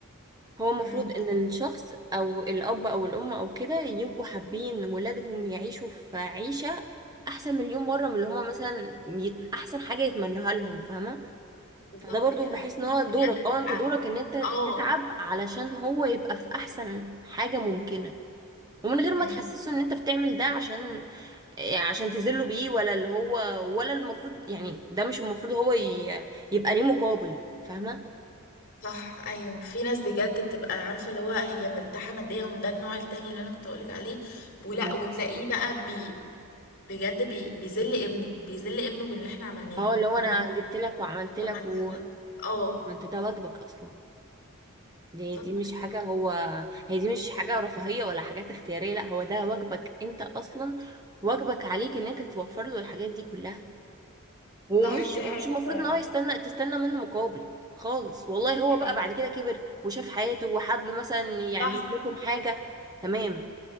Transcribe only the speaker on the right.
هو المفروض
ان الشخص او الاب او الام او كده يبقوا حابين ولادهم يعيشوا في عيشة احسن مليون مرة من اللي هما مثلا يت... احسن حاجة يتمنوها لهم فاهمة
فده برضو
بحس
ان
هو دورك
اه انت دورك ان انت
تتعب علشان هو يبقى في احسن حاجة ممكنة ومن غير ما
تحسسه ان انت بتعمل ده عشان إيه، عشان تذله بيه ولا اللي هو ولا المفروض يعني ده مش المفروض هو ي... يبقى ليه مقابل فاهمة
مم.
اه
لو
انا
جبت لك وعملت لك
وما
انت ده واجبك اصلا دي
دي مش حاجه
هو هي دي مش حاجه رفاهيه ولا حاجات اختياريه لا هو ده واجبك انت اصلا واجبك عليك ان انت توفر له الحاجات دي كلها ومش
ومش
المفروض
ان هو يستنى تستنى منه مقابل خالص والله هو
بقى بعد كده كبر وشاف حياته وحب مثلا يعمل
لكم حاجه تمام